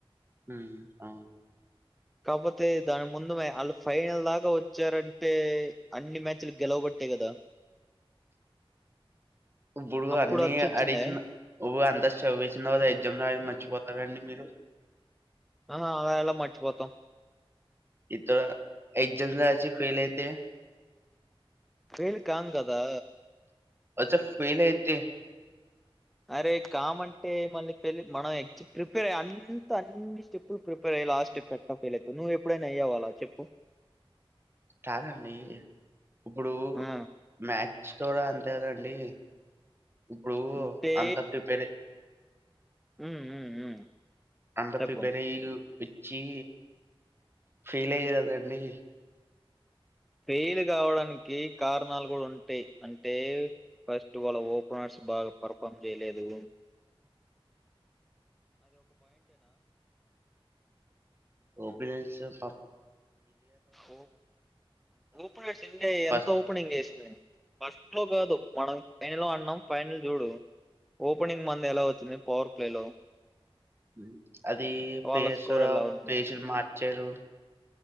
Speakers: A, on the right; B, in the centre.
A: ఉమ్ అవును
B: కాకపోతే దాని ముందుమే ఆళ్ళు ఫైనల్ దాకా వచ్చారన్ టే అన్ని మ్యాచ్లు గెలవబట్టే కదా
A: ఇప్పుడు
B: అప్పుడు
A: అన్ని
B: అచ్చొచ్చిందే
A: అడిసినా ఓవో సవేసిన ఎగ్జామ్ రాయడం మర్చిపోతారండి మీరు
B: ఆా అలా ఎలా మర్చిపోతం
A: ఇతడ ఎగ్జామ్ రాసి ఫెయిల్ అయితే
B: ఫెయిల్ కామ్ కదా
A: అచ్చా ఫెయిల్ అయితే
B: అరే కామంటే మళ్ళీ ఫెయిల్ మనం ఇగ్జ్ ప్రిపేర్ అయ్ అంత అన్ని స్టెప్పులు ప్రిపేర్ అయ్ లాస్ట్ స్టెప్ ఎట్టా ఫెయిల్ అయ్తావు నువ్వు ఎప్పుడైనా అయ్యావా అలా చెప్పు
A: కాదండి ఇప్పుడు
B: ఆ
A: మ్యా చ్ కూడా అంతే కదండి ఇప్పుడు
B: అంటే
A: అంత ప్రిపేర్
B: ఉమ్ ఉమ్ ఉమ్
A: అంత
B: చెప్పు
A: ప్రిపేర్ అయిలు పిచ్చి ఫెయిల్ అయి కదండీ
B: ఫెయిల్ కావడానికి కారణాలు కూడా ఉంటాయి అంటే ఫస్ట్ వాళ్ళ ఓపెనర్స్ బాగా పర్ఫార్మ్ చేయలేదు
A: ఓపెనంట్స్ పా
B: ఓ ఓపనర్స్ ఇండియా
A: ఫస్ట్
B: ఎంత ఓపెనింగ్ చేసినాయి ఫస్ట్ లో కాదు మనం ఫైనల్ అన్నాం ఫైనల్ చూడు ఓపెనింగ్ మంది ఎలా అవుతుంది పవర్ ప్లే లో
A: హ్మ్ అది
B: వాళ్ళ
A: పేసరా
B: స్కోర్ ఎలా ఉంది
A: పేసిల్ మా చరు